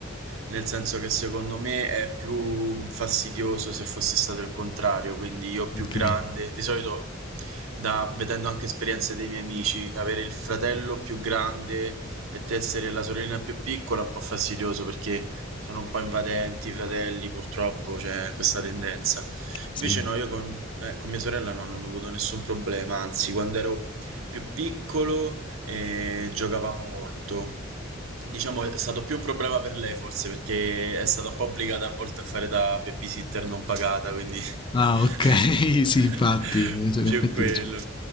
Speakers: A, on the right (about 85°); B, on the left (about 25°).
A: Nel senso che secondo me è più fastidioso se fosse stato il contrario, quindi io più
B: Ok,
A: grande, di solito da- vedendo anche esperienze dei miei amici, avere il fratello più grande e te essere la sorellina più piccola è un po' fastidioso perché sono un po' invadenti i fratelli, purtroppo c'è questa tendenza.
B: sì.
A: Invece no, io con, eh, con mia sorella no, non ho avuto nessun problema, anzi, quando ero più piccolo eh, giocavamo molto. Diciamo è stato più un problema per lei forse perché è stata un po' obbligata a volte a fare da babysitter non pagata, quindi
B: Ah
A: <laughs>
B: ok, <laughs> sì, infatti, cioè,
A: più
B: in effetti...
A: quello,
B: cioè,